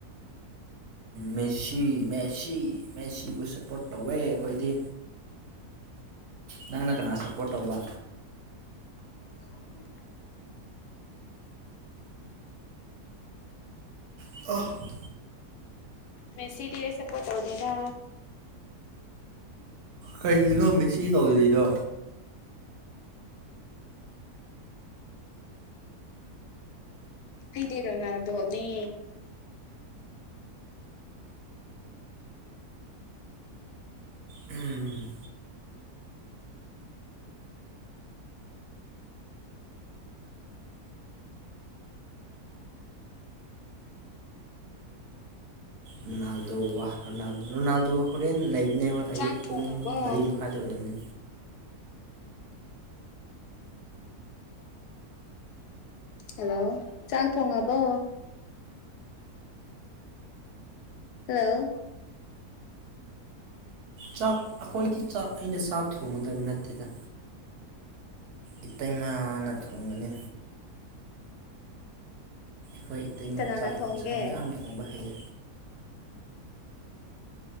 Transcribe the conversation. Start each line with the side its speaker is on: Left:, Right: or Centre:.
Right: ꯃꯦꯁꯤ ꯃꯦꯁꯤ ꯃꯦꯁꯤꯕꯨ ꯁꯞꯄꯣꯔꯠ ꯇꯧꯋꯦ ꯑꯩꯈꯣꯏꯗꯤ ꯅꯪꯅ ꯀꯅꯥ ꯁꯞꯄꯣꯔꯠ ꯇꯧꯕ
Left: <unintelligible>
Right: <unintelligible>
Left: ꯃꯦꯁꯤꯗꯤ ꯑꯩ ꯁꯞꯄꯣꯔꯠ ꯇꯧꯗ‌ꯦꯗꯥ
Right: ꯀꯔꯤꯒꯤꯅꯣ ꯃꯁꯤ ꯇꯧꯔꯤꯗꯩꯗꯣ
Left: ꯍꯗꯤꯔꯣ ꯅ ꯅꯦ
Right: ꯎꯝ ꯔꯣꯅꯥꯜꯗ ꯋꯥꯍ ꯔꯣꯅꯥꯜꯗ ꯔꯣꯅꯥꯜꯗ ꯍꯣꯔꯦꯟ ꯂꯩꯕꯅꯦ ꯍꯣꯏ ꯑꯌꯨꯛ
Left: ꯆꯥꯛ ꯊꯣꯡꯉꯕꯣ
Right: ꯄꯨꯡ ꯃꯔꯤ ꯃꯈꯥꯏꯗ ꯑꯣꯏꯔꯝꯅꯦ
Left: ꯍꯜꯂꯣ ꯆꯥꯛ ꯊꯣꯡꯉꯕꯣ ꯍꯜꯂꯣ
Right: ꯆꯥꯛ ꯑꯩꯈꯣꯏꯗꯤ ꯆꯥꯛ ꯑꯩꯅ ꯆꯥꯛ ꯊꯣꯡꯒꯗꯕ ꯅꯠꯇꯦꯗ ꯏꯇꯩꯃꯥꯅ ꯊꯣꯡꯒꯅꯤ ꯑꯩꯈꯣꯏ ꯏꯇꯩꯃ
Left: ꯀꯅꯥꯅ
Right: ꯆꯥꯛ
Left: ꯊꯣꯡꯒꯦ
Right: ꯏꯟꯁꯥꯡ ꯌꯥꯝ ꯊꯣꯡꯕ ꯍꯩꯌꯦ